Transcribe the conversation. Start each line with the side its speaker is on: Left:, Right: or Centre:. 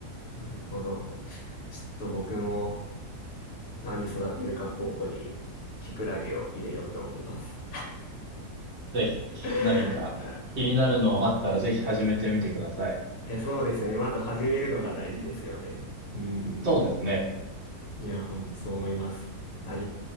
Left: なるほど。ちょっと僕も何育てるか候補にキクラゲを入れようと思います。
Right: て、ぜひ、
Left: <laughs>
Right: 何か気になるのあったら、ぜひ始めてみてください。
Left: え、そうですよね。まず始めるのが大事ですよね。うん。
Right: そうですね。
Left: いや、ほんとそう思います。あり、